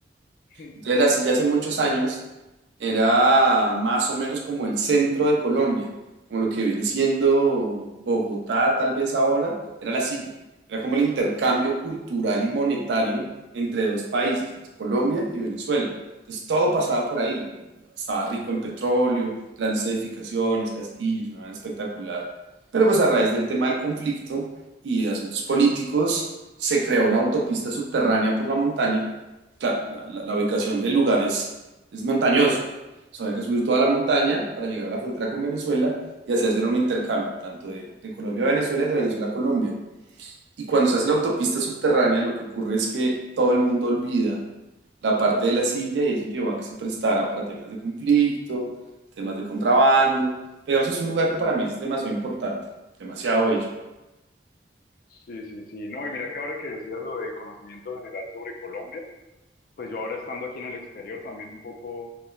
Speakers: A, on the left; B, on the right.
A: <laughs>
B: entonces la silla hace muchos años era más o menos como el centro de Colombia, como lo que viene siendo Bogotá tal vez ahora, era la silla. Era como el intercambio cultural y monetario entre dos países, entre Colombia y Venezuela. Entonces todo pasaba por ahí. Estaba rico en petróleo, grandes edificaciones, castillos, una vaina espectacular. Pero pues a raíz del tema del conflicto y de asuntos políticos, se creó una autopista subterránea por la montaña claro, la, la- la ubicación del lugar es, es montañoso. O sea, había que subir toda la montaña para llegar a la frontera con Venezuela y así hacer un intercambio, tanto de, de Colombia a Venezuela y de Venezuela a Colombia. Y cuando se hace la autopista subterránea, lo que ocurre es que todo el mundo olvida la parte de la silla y eso llevó a que se prestara para temas de conflicto, temas de contrabando. Pero digamos, es un lugar que para mí es demasiado importante, demasiado bello.
A: Sí, sí, sí. No, y mira que ahora que decías lo de conocimiento general sobre Colombia, pues yo ahora estando aquí en el exterior también un poco